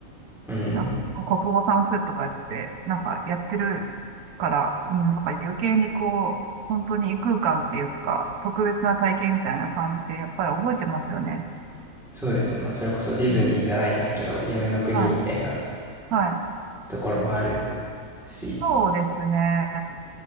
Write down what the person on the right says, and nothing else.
う、なんか国語算数とかやって、なんかやってるから、うん、なんか余計にこう、本当に異空間っていうか、特別な体験みたいな感じで、やっぱり覚えてますよね。
うん、
はい。はい。
そうですね。